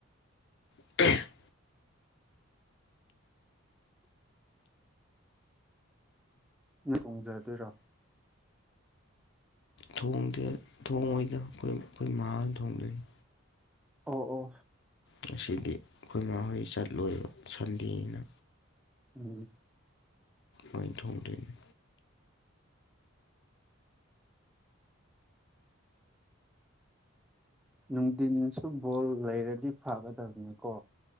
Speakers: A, on the left (about 55°); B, in the centre.
A: <inaudible>
B: ꯅ ꯊꯣꯡꯖꯥꯗꯣꯏꯔꯣ
A: ꯊꯣꯡꯗꯦ ꯊꯣꯡꯉꯣꯏꯗ ꯑꯩꯈꯣꯏ ꯑꯩꯈꯣꯏ ꯃꯥ ꯍꯣꯏꯅꯥ ꯊꯣꯡꯗꯣꯏꯅꯤ
B: ꯑꯣ ꯑꯣ
A: ꯉꯁꯤꯗꯤ ꯑꯩꯈꯣꯏ ꯃꯥꯍꯣꯏ ꯆꯠꯂꯣꯏꯕ ꯁꯟꯗꯦꯅꯤꯅꯥ
B: ꯎꯝ
A: ꯃꯣꯏꯟ ꯊꯣꯡꯗꯣꯏꯅꯤ
B: ꯅꯨꯡꯊꯤꯟꯗꯥꯁꯨ ꯕꯣꯜ ꯂꯩꯔꯗꯤ ꯐꯒꯗꯕꯅꯤꯀꯣ